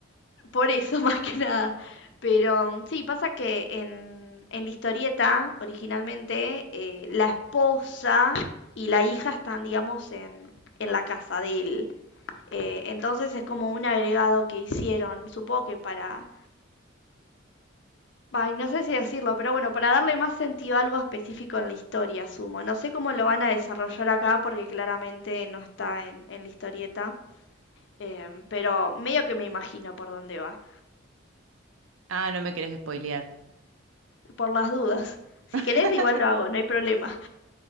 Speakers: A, on the left; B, on the right.
A: Por eso, <laughs> más que nada. Pero mm, sí, pasa que en, en la historieta, originalmente, eh, la esposa y la hija están, digamos, en, en la casa de él. Eh, entonces es como un agregado que hicieron, supongo que para... Ay, no sé si decirlo, pero bueno, para darle más sentido a algo específico en la historia, asumo. No sé cómo lo van a desarrollar acá porque claramente no está en, en la historieta, em, pero medio que me imagino por dónde va.
B: Ah, no me querés spoilear.
A: por las dudas. Si
B: <laughs>
A: querés, igual lo hago, no hay problema.